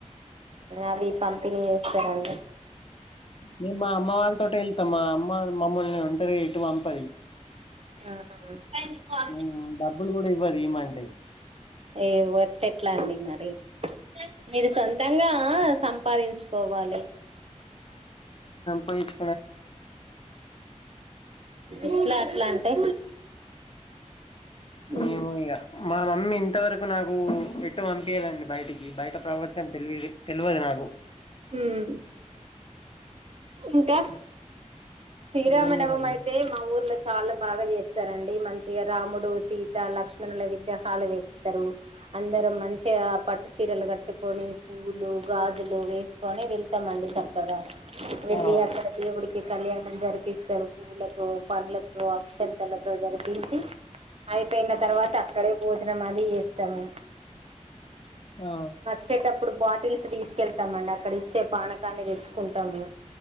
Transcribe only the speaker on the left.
మేము మా అమ్మ వాళ్ళతోట వెళ్తాం మా అమ్మ మమ్మల్ని ఒంటరిగా ఎటు పంపది
ఉమ్, డబ్బులు కూడా ఇవ్వదు ఇమంటే
పోయిట్
ఏమో ఇక మా మమ్మీ ఇంతవరకు నాకు ఇటు పంపి పంపియదండి హ్మ బయటికి బయట ప్రపంచం తెవి తెలియదు నాకు
ఏం లేదండి
ఆ
ఆ